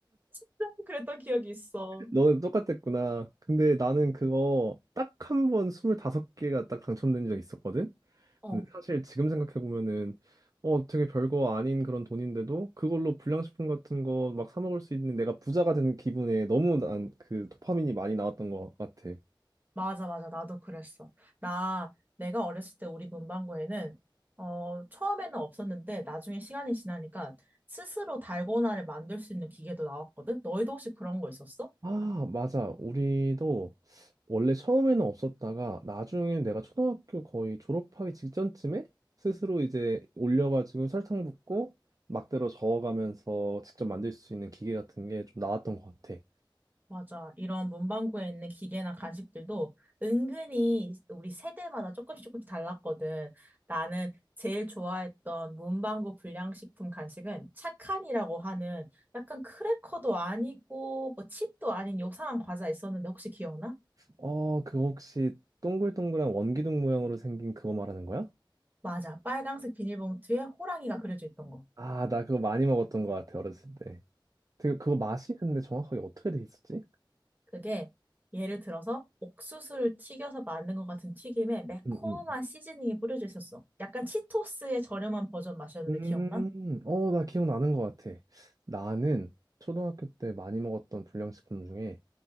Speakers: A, on the right; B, on the right.
A: 삼십 원 그랬던 기억이 있어.
B: 너는 똑같았구나. 근데 나는 그거 딱 한 번 25개가 딱 당첨된 적 있었거든?
A: 어.
B: 근데 사실 지금 생각해 보면은 어 되게 별거 아닌 그런 돈인데도 그걸로 불량식품 같은 거 막 사 먹을 수 있는 내가 부자가 되는 기분에 너무 난 그 도파민이 많이 나왔던 것 같아.
A: 맞아, 맞아. 나도 그랬어. 나, 내가 어렸을 때 우리 문방구에는, 어, 처음에는 없었는데, 나중에 시간이 지나니까 스스로 달고나를 만들 수 있는 기계도 나왔거든? 너희도 혹시 그런 거 있었어?
B: 아, 맞아. 우리도 원래 처음에는 없었다가 나중에 내가 초등학교 거의 졸업하기 직전쯤에 스스로 이제 올려가지고 설탕 붓고 막대로 저어가면서 직접 만들 수 있는 기계 같은 게 좀 나왔던 것 같아.
A: 맞아. 이런 문방구에 있는 기계나 간식들도 은근히 우리 세대마다 조금씩 조금씩 달랐거든. 나는 제일 좋아했던 문방구 불량식품 간식은 착한이라고 하는 약간 크래커도 아니고 뭐 칩도 아닌 요상한 과자 있었는데 혹시 기억나?
B: 어, 그거 혹시 동글동글한 원기둥 모양으로 생긴 그거 말하는 거야?
A: 맞아. 빨강색 비닐봉투에 호랑이가 그려져 있던 거.
B: 아, 나 그거 많이 먹었던 것 같아, 어렸을 때. 되게 그거 맛이 근데 정확하게 어떻게 돼 있었지?
A: 그게 예를 들어서 옥수수를 튀겨서 만든 것 같은 튀김에 매콤한
B: 음, 음.
A: 시즈닝이 뿌려져 있었어. 약간 치토스의 저렴한 버전 맛이었는데
B: 음,
A: 기억나?
B: 어, 나 기억나는 것 같아. 나는 초등학교 때 많이 먹었던 불량식품 중에,